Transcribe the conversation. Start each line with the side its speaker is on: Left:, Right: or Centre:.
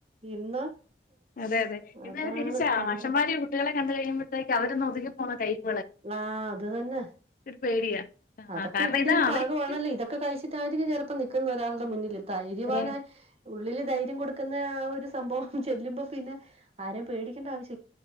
Right: ഇന്ന്
Left: അതെ അതെ ഇന്ന്
Right: അതാണ്
Left: അത് തിരിച്ചാ
Right: കാറ്
Left: മഷമ്മാര് കുട്ടികളെ കണ്ട് കഴിയുമ്പോഴ്ത്തേക്ക് അവരൊന്ന് ഒതുങ്ങി പോക്ന്ന ടൈപ്പാ
Right: ആഹ് അത് തന്നെ
Left: പേടിയാ ആ
Right: അതൊക്കെ
Left: കാരണം
Right: ഇതിന്റെ
Left: ഇതാ
Right: ഒരു
Left: അവര്
Right: ഭാഗമായി
Left: കുട്ടി
Right: ണല്ലേ ഇതൊക്കെ കഴിച്ചിട്ടായിരിക്കും ചിലപ്പോ നിക്കുന്നെ ഒരാളുടെ
Left: ആ,
Right: മുന്നിൽ ധൈര്യവാനായി
Left: ഇവരെ
Right: ഉള്ളില് ധൈര്യം കൊടുക്കുന്ന ഒരു സംഭവം ചെല്ലുമ്പോ പിന്നെ ആരെയും പേടിക്കേണ്ട ആവശ്യ